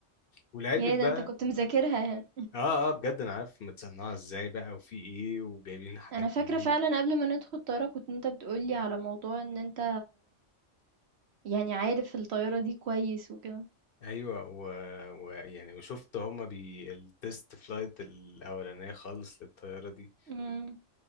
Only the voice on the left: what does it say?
ولعلمك
بقى
اه اه بجد انا عارف متصنعه ازاي بقى وفي ايه وجايبين حاجات
منين
ايوه ويعني و... ويعني وشفت هما بي التست فلايت الاولانيه خالص للطياره دي